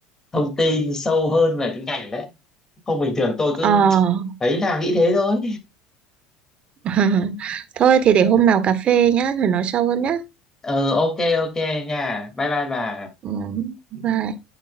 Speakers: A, on the left; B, on the right.
A: thông tin sâu hơn về cái ngành đấy không bình thường tôi cứ
B: Ờ.
A: thấy là nghĩ thế thôi
B: <laughs> Thôi thì để hôm nào cà phê nhá, rồi nói sâu hơn nhá.
A: ờ ok ok nha bye bye bà
B: Ừ, bye.
A: Ừ.